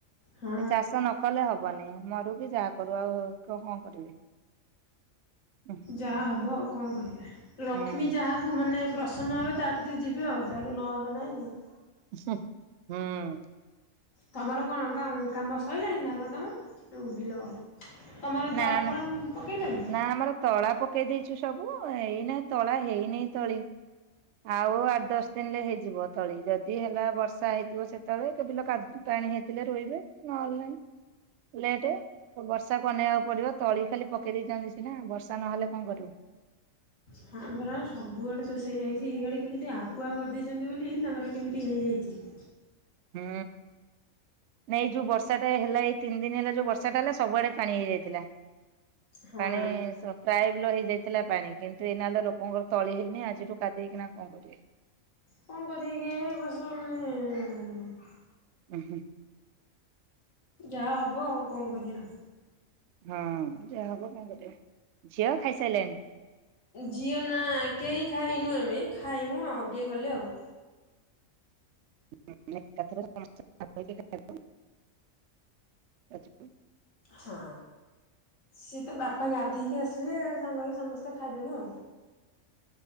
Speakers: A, on the left; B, on the right.
A: ହଁ
B: ଏ ଚାଷ ନ କଲେ ହ ବନି ମରୁଡି ଯାହା କରୁ ଆଉ କ କଣ କରିବେ
A: ଯାହା ହବ ଆଉ କଁ କରିବା ଲକ୍ଷ୍ମୀ
B: ହୁଁ
A: ଯାହା କୁ ମାନେ ପ୍ରସନ୍ନ ହେବେ ତା କତିକି ଯିବେ ଆଉ ଯାହାକୁ ନ ହେବେ ନାଇଁ ଆଉ
B: <inaudible> ହଁ।
A: ତମର କଣ କା କାମ ସଇଲାଣି ଧାନ କାମ ଯୋଉ ବିଲ ତମର
B: ନା
A: ତଳ
B: ନା
A: ଫଳମ୍ ପକେଇଲଣି?
B: ନା ଆମର ତଳା ପକେଇ ଦେଇଚୁ ସବୁ ଏଇନା ତଳା ହେଇନି ତଳି ଆଉ ଆଠ୍ ଦଶ୍ ଦିନରେ ହେଇଯିବ ତଳି ଯଦି ହେଲା ବର୍ଷା ହେଇଥିବ ସେତବେଳେ ତ ବିଲ କାଦ୍ ପାଣି ହେଇଥିଲେ ରୋଇବେ ନହେଲେ ନାଇ ଲେଟେ ବର୍ଷାକୁ ଅନେଇବାକୁ ପଡିବ ତଳି ଖାଲି ପକେଇ ଦେଇଚନ୍ତି ସିନା ବର୍ଷା ନହେଲେ କଁ କରିବୁ।
A: ହାଁ ଭରା ସବୁଆଡ଼େ ତ ସେଇ ଯାଇଚି ଇଆଡ଼େ କେମିତି ଆଗୁଆ କରିଦେଇଚନ୍ତି ବୋଲି ତାଙ୍କର କେମିତି ହେଇଯାଇଚି।
B: ହୁଁ। ନାଇଁ ଏ ଯୋଉ ବର୍ଷାଟା ହେଲା ଏଇ ତିନି ଦିନି ହେଲା ଯୋଉ ବର୍ଷାଟା ହେଲା ସବୁଆଡେ ପାଣି ହେଇଯାଇଥିଲା।
A: ହଁ
B: ପାଣି ସ ପ୍ରାୟ ବିଲ ହେଇଯାଇ ଥିଲା ପାଣି କିନ୍ତୁ ଏଇନା ତ ଲୋକଙ୍କର ତଳି ହେଇନି ଆଜିଠୁ କାଦେଇ କିନା କଁ କରିବେ।
A: କଁ କରିବେ କେଇଆଣି ଏବର୍ଷ ମାନେ
B: ଉଁ ହୁଁ।
A: ଯା ହବ ଆଉ କଁ କରିଆ।
B: ହଁ ଯା ହବ କଁ କରିଆ ଝିଅ ଖାଇ ସାଇଲାଣି?
A: ଝିଅ ନା କେଇ ଖାଇନୁ ଆମେ ଖାଇ ମୁ ଆଉ ଟିକେ ଗଲେ ଆଉ
B: <inaudible> ଆ <inaudible>
A: ହଁ। ସିଏ ତା ବାପା ଗାଧେଇକି ଆସିବେ ସାଙ୍ଗ ହେଇକି ସମସ୍ତେ ଖାଇଦବୁଁ ଆଉ।